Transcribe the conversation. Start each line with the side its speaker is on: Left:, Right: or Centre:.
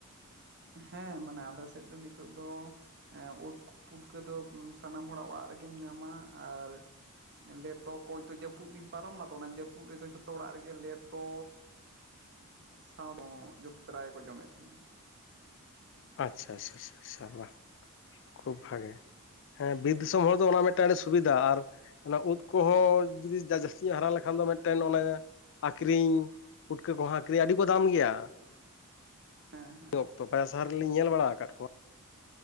Right: ᱦᱮᱸ ᱢᱟᱱᱮ ᱟᱞᱮ ᱥᱮᱫ ᱫᱚ ᱱᱤᱛᱚᱜ ᱫᱚ ᱚᱸ ᱩᱫ ᱯᱩᱴᱠᱟᱹ ᱫᱚ ᱥᱟᱱᱟᱢ ᱦᱚᱲᱟᱜ ᱚᱲᱟᱜ ᱨᱮᱜᱮᱢ ᱧᱟᱢᱟ ᱟᱨ ᱞᱮᱴᱚ ᱠᱚ ᱱᱤᱛᱚᱜ ᱡᱟᱹᱯᱩᱫ ᱫᱤᱱ ᱯᱟᱨᱚᱢ ᱱᱟ ᱛᱚ ᱚᱱᱟ ᱡᱟᱹᱯᱩᱫ ᱨᱮᱫᱚ ᱡᱷᱚᱛᱚ ᱚᱲᱟᱜ ᱨᱮᱜᱮ ᱞᱮᱴᱚ ᱥᱟᱶ ᱫᱚ ᱡᱩᱛ ᱛᱟᱨᱟᱭ ᱜᱮᱠᱚ ᱡᱚᱢ ᱮᱫ ᱛᱟᱦᱮ
Left: ᱟᱪᱪᱷᱟ ᱟᱪᱪᱷᱟ ᱟᱪᱪᱷᱟ ᱟᱪᱪᱷᱟ ᱵᱟᱝ ᱠᱷᱩᱵᱽ ᱵᱷᱟᱜᱮ ᱦᱮᱸ ᱵᱤᱨ ᱫᱤᱥᱚᱢ ᱦᱚᱲ ᱫᱚ ᱚᱱᱟ ᱢᱤᱫᱴᱟᱝ ᱟᱹᱰᱤ ᱥᱩᱵᱤᱫᱷᱟ ᱟᱨ ᱚᱱᱟ ᱩᱫ ᱠᱚᱦᱚᱸ ᱡᱩᱫᱤ ᱡᱟᱡᱟᱹᱥᱛᱤ ᱧᱚᱜ ᱦᱟᱨᱟ ᱞᱮᱠᱷᱟᱱ ᱫᱚ ᱢᱤᱫᱴᱮᱱ ᱚᱱᱮ ᱟᱠᱷᱨᱤᱧ ᱯᱩᱴᱠᱟᱹ ᱠᱚᱦᱚᱸ ᱟᱠᱷᱨᱤᱧ ᱟᱹᱰᱤ ᱠᱚ ᱫᱟᱢ ᱜᱮᱭᱟ
Right: ᱦᱮᱸ ᱦᱮᱸ
Left: ᱱᱤᱛᱚᱜ ᱚᱠᱛᱚ ᱵᱟᱡᱟᱨ ᱥᱟᱦᱟᱨ ᱨᱮᱞᱤᱧ ᱧᱮᱞ ᱵᱟᱲᱟ ᱟᱠᱟᱫ ᱠᱚᱣᱟ